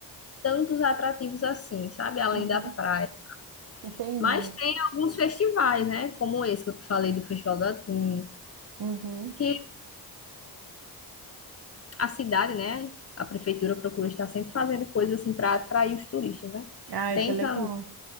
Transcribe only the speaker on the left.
tantos atrativos assim, sabe? Além
da praia.
Mas tem alguns festivais, né? Como esse que eu te falei do Festival do Atum,
que a cidade, né? A prefeitura procura estar sempre fazendo coisas assim para atrair os turistas, né?
Tem
também